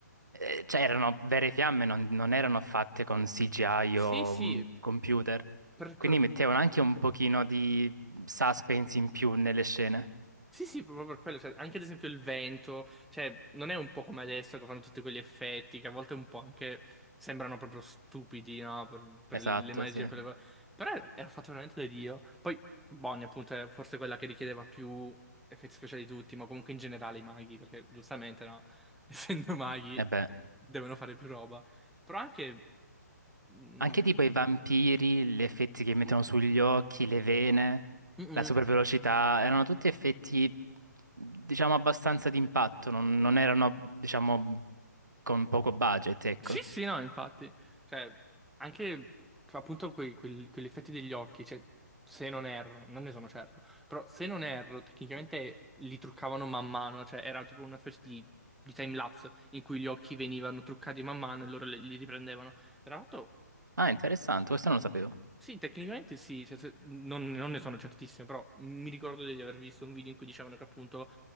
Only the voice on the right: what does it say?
eh, cioè erano vere fiamme, non, non erano fatte con CGI
o
mm, computer.
Quindi
mettevano anche un pochino di suspense in più nelle scene.
Esatto,
sì.
E beh.
Anche tipo i vampiri, gli effetti che mettono sugli occhi, le vene,
la supervelocità, erano tutti effetti, diciamo, abbastanza d'impatto, non, non erano, diciamo, con poco budget, ecco.
Ah, interessante, questo non lo sapevo.